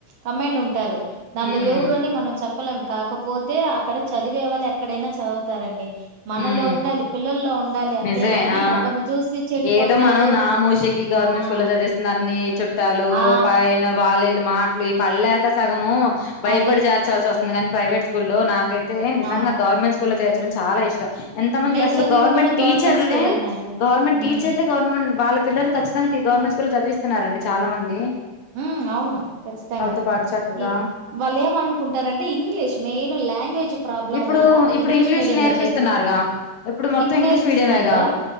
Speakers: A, on the right; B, on the left.
A: కంమైడ్ ఉంటారు దాంట్లో
B: ఉమ్
A: ఎవరు అని మనం చెప్పా లేం కాకపోతే అక్కడ చదివే వాళ్ళు ఎక్కడైనా చదువుతారండి మనలో
B: ఉమ్
A: ఉండాలి పిల్లల్లో ఉండాలి అంతేగాని
B: నిజమే ఆ
A: ఒకరిని చూసి చెడిపోతారు
B: ఏదో మనం నా మూషీకి గవర్నమెంట్
A: ఆ
B: స్కూల్లో చదివిస్తున్నారని చుట్టాలు
A: ఆ
B: పైన వాళ్ వీళ్ల మాటలు ఈ పడలేక సగము భయపడి
A: అది
B: చేర్చాల్సి వస్తు స్తుంది కాని ప్రైవేట్ స్కూల్లో నాకైతే తే నిజంగా
A: అవును
B: గవర్నమెంట్ స్కూ స్కూలో చేర్చడం చాలా ఇష్టం ఎంత మంది
A: మేం
B: అసలు
A: చదివింది
B: గవర్నమెంట్
A: కూడా
B: టీచర్లే
A: స్కూలేనండి
B: గవర్నమెంట్
A: ఉమ్
B: టీచర్లే గవర్నమెంట్ వాళ్ళ పిల్లలు ఖచ్చితంగా ఇ గవర్నమెంట్ స్కూల్లో చదివిస్తున్నారు అండి చాలా మంది
A: ఉమ్ అవును ఖచ్చితంగా
B: వాళ్ళతో పాటు చక్కగా
A: ఇ వాళ్ళు ఏమనుకుంటారంటే ఇంగ్లీష్ మెయిన్ లాంగ్వేజ్ ప్రాబ్లం
B: ఇప్పుడు
A: వల్ల
B: ఇప్పుడు
A: ఇంగ్లీష్ మీడియం
B: నేర్పిస్తున్నారుగా
A: లో చేర్పి
B: మొత్తం
A: ఇప్పుడు
B: ఇంగ్లీష్
A: నేర్పిస్తున్నారు
B: మీడియమేగా